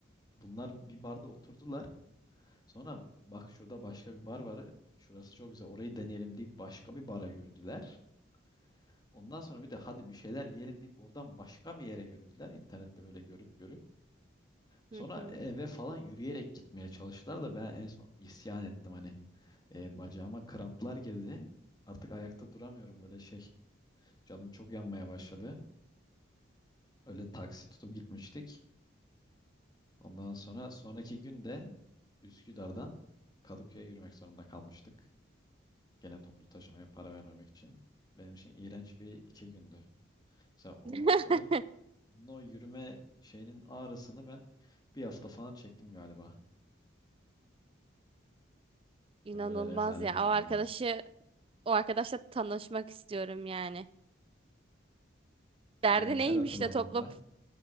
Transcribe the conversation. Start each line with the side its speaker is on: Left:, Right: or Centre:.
Left: bunlar bir barda oturdular. Sonra bak şurada başka bir bar var. Şurası çok güzel. Orayı deneyelim deyip başka bir bara yürüdüler. Ondan sonra bir de hadi bir şeyler yiyelim deyip oradan başka bir yere yürüdüler. İnternette böyle görüp görüp. Sonra
Right: Hı hı.
Left: eve falan yürüyerek gitmeye çalıştılar da ben en son isyan ettim hani. Ee, bacağıma kramplar girdi. Artık ayakta duramıyorum böyle şey. Canım çok yanmaya başladı. Öyle taksi tutup gitmiştik. Ondan sonra sonraki gün de Üsküdar'dan Kadıköy'e yürümek zorunda kalmıştık. Gene toplu taşımaya para vermemek için. Benim için iğrenç bir iki gündü. Mesela o-
Right: <laughs>
Left: onun, onun o yürüme şeyinin ağrısını ben bir hafta falan çektim galiba.
Right: İnanılmaz
Left: Yani böyle rezalet
Right: ya. O
Left: bir anım
Right: arkadaşı,
Left: var.
Right: o arkadaşla tanışmak istiyorum yani. Derdi
Left: Ya evet
Right: neymiş
Left: her hatırladığımda
Right: de topla <laughs>